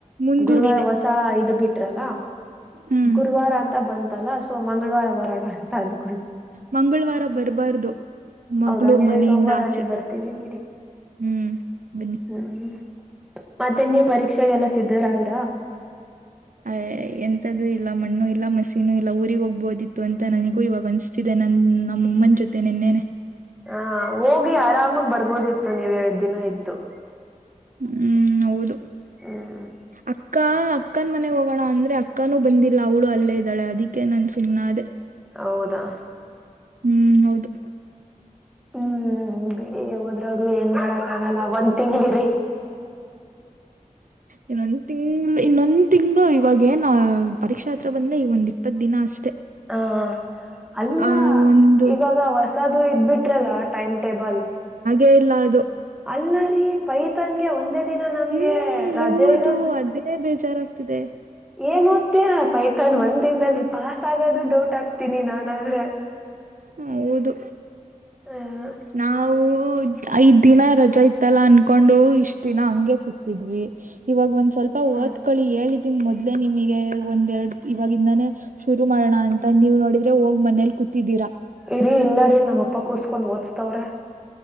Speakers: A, on the right (about 75°); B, in the centre.
A: ಮುಂದೂಡಿದೆ
B: ಗುರುವಾರ ಹೊಸ ಇ ಬಿಟ್ರಲ್ಲ
A: ಹ್ಮ್
B: ಗುರುವಾರ ಅಂತ. ಬಂದ. ಲ್ಲ ಸೊ ಮಂಗಳವಾರ ಬರೋಣ. ತನ್ು.
A: ಮಂಗಳವಾರ ಬರ್ಬಾರ್ದು ಮಗಳು
B: ಹೌದಾಗಿದ್ರೆ
A: ಮನೆಯಿಂದ
B: ಸೋಮವಾರಾನೇ
A: ಆಚೆ
B: ಬರ್ತೀನಿ ಬಿಡಿ
A: ಹ್ಮ್ ಬನ್ನಿ
B: ಹ್ಮ್ ಮತ್ತೆ ನೀ ಪರೀಕ್ಷೆಗೆಲ್ಲ ಸಿದ್ದರಾದ್ರ
A: ಅ್ ಎಂತದೂ ಇಲ್ಲ ಮಣ್ಣು ಇಲ್ಲ ಮಸೀನೂ ಇಲ್ಲ ಊರಿರಿಗೆ ಹೋಗ್ಬೋದಿತ್ತು ಅಂತ ನನಿಗೂ ಇವಾಗ ಅನ್ಸ್ತಿದೆ ನನ್ ನಮ್ಮಮ್ಮನ ಜೊತೆ ನಿೆನ್ನೆ
B: ಹ ಹೋಗಿ ಆರಾಮಾಗ ಬರ್ಬೋದಿತ್ತು ನೀವ್ ಎರಡ್ ದಿನ ಇದ್ದು
A: ಹ್ಮ್ ಹೌದು
B: ಹ್ಮ್
A: ಅಕ್ಕ ಅಕ್ಕನ್ ಮನೆಗ್ ಹೋಗೋಣ ಅಂದ್ರೆ ಅ ಅಕ್ಕಾನೂ ಬಂದಿಲ್ಲ ಅವಳು ಅಲ್ಲೇ ಇದಾಳೆ ಅದಿಕ್ಕೆ ನನ್ ಸು್ನೆ ಅದೇ
B: ಹೌದಾ
A: ಹ್ಮ್ ಹೌದು
B: ಹ್ಮ್ ಬಿಡಿ ಹೋದ್ರ ಹದ್ಲಿ ಏನ್ ಮಾಡಕ್ ಆಗಲ್ಲ ಒಂದ್ ತಿಂಗಿರಿ
A: ಇನ್ನೊಂದ್ ತಿಂಗ್ಳ ಇನ್ನೊಂದ್ ತಿಂಗ್ಗಳು ಇವಾಗ ಏನ್ ಪರೀಕ್ಷಾ ಹತ್ರ ಬಂದ್ರೆ ಈ ಒಂದ್ ಇಪ್ಪತ್ ದಿನ ಅಷ್ಟೆ
B: ಹಾ ಅಲ್ಲ
A: ಆ ಒಂದು
B: ಇವಾಗ. ಅದು ಇ ಬಿಟ್ರಲ್ಲ ಟೈಮ್. ಟೇಬಲ್.
A: ೇ ಇಲ ಅದು
B: ಅಲ್ಲರಿೀ ಪೈತನ್ಗೆ ಒಂದೇ ಿನ ನಮ್ಗೆ
A: ಹ್ಮ್
B: ರಜೆ
A: ಹೌದು
B: ಇರೋದು
A: ಅದೇ ಬೇಜಾರಾಗ್ತಿದೆ
B: ಏನ್ ಓದ್ತೀರ ಪೈತನ್ ಒಂದ್ ದಿನದಲ್ಲಿ ಪಾಸ್ ಆಗದು ಡೌಟ್ ಆಗ್ತೀನಿ ನಾನನ್ ಆದ್ರೆ
A: ಹ ಹೌದು
B: ಹ್ಮ್
A: ನಾವು ಐದ್ ದಿನ ರಜಾ ಇತ್ತಲ್ಲ ಅನ್ಕೊಂಡು ಇಷ್ಟ ದಿನ ಹಂಗೆ ಕೂತಿದ್ವಿ ಇವಾಗ ಒಂದ್ ಸ್ವಲ್ಪ
B: ಹ್ಮ
A: ಓದ್ಕಳಿ ಹೇಳಿದೀನ ಮೊದ್ಲೇ ನಿಮಗೆ ಒಂದ್ೆರಡು ಇವಾಗಿವಾಗಿಂದಾನೇ ಶುರು ಮಾಡೋಣ ಅಂತ ನೀವು ನೋಡಿದ್ರೆ ಹೋಗ್ ಮನೇಲಿ ಕೂತಿದ್ದೀರಾ
B: ಇ ರೀ ಇಲ್ಲ ರೀ ನಮ್ಮ ಅಪ್ಪ ಕೂಸ್ಕೊಂಡ ಹಓದ್ ಹಚ್ತವ್ರ